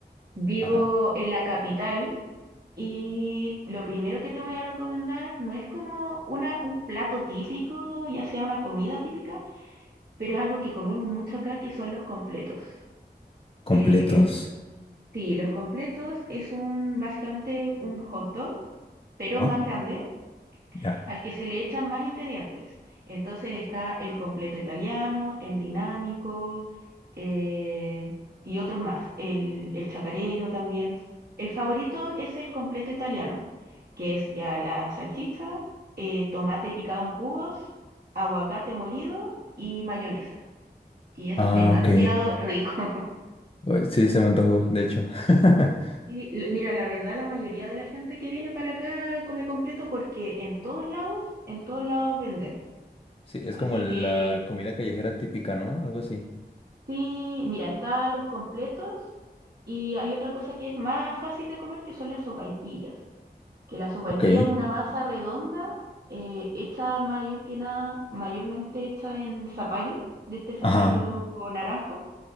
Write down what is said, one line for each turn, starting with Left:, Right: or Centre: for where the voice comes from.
Right: vivo
Left: Ajá.
Right: en la capital y lo primero que te voy a recomendar no es como una, un plato típico, ya sea una comida típica, pero es algo que comemos mucho acá, que son los completos.
Left: Completos.
Right: Eh, el, sí, los completos es un, básicamente un hot dog, pero
Left: Ah,
Right: más grande.
Left: ya.
Right: al que se le echan más ingredientes. Entonces está el completo italiano, el dinámico eh, y otros más, el, el chacarero también. El favorito es el completo italiano, que es ya la salchicha, eh, tomate picado en cubos, aguacate molido y mayonesa. Y es
Left: Ah,
Right: Ah, demasiado
Left: ok.
Right: rico. <laughs>
Left: Uy, Sí, se me antojó, de hecho. <laughs>
Right: Y l- mira, la verdad, la mayoría de la gente que viene para acá come completo porque en todos lados, en todos lados venden.
Left: Sí, es
Right: Así
Left: como la
Right: que
Left: comida callejera típica, ¿no? Algo así.
Right: Sí, mira, están los completos y hay otra cosa que es más fácil de comer que son las sopaipillas. Que la sopaipilla
Left: Ok.
Right: es una masa redonda eh, hecha mayor que nada, mayormente hecha en zapallo, de este zapallo
Left: Ajá,
Right: o naranjo,